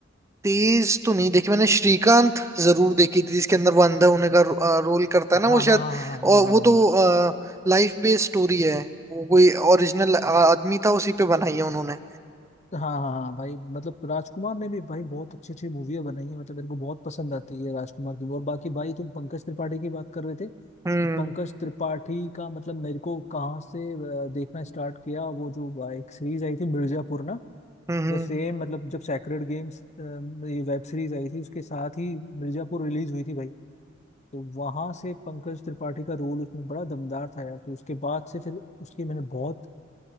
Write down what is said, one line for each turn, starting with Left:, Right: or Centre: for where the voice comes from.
Right: तेज तो नहीं देखी मैंने श्रीकांत जरूर देखी थी जिसके अंदर वो अंधा होने का रो, रोल करता
Left: हाँ
Right: है ना वो
Left: हाँ हाँ
Right: शायद
Left: हाँ हाँ
Right: और
Left: हाँ
Right: वो
Left: हाँ
Right: तो लाइफ बेस्ड स्टोरी है वो कोई ओरिजिनल आदमी था उसी पे बनाई है उन्होंने
Left: हाँ हाँ हाँ भाई मतलब राजकुमार ने भी भाई बहुत अच्छी अच्छी मूवियाँ बनाई है मतलब मेरे को बहुत पसंद आती है राजकुमार की और बाकी भाई तुम पंकज त्रिपाठी की बात कर रहे थे तो
Right: हम्म
Left: पंकज त्रिपाठी का मतलब मेरे को कहाँ से अ, देखना स्टार्ट किया वो जो अ, एक सीरीज आई थी मिर्जापुर ना
Right: हम्म हम्म,
Left: सेम मतलब जब सैक्रेड गेम्स ये वेब सीरीज आई थी उसके साथ ही मिर्जापुर रिलीज हुई थी भाई तो वहां से पंकज त्रिपाठी का रोल उसमें बड़ा दमदार था यार तो उसके बाद से फिर उसकी मैंने बहुत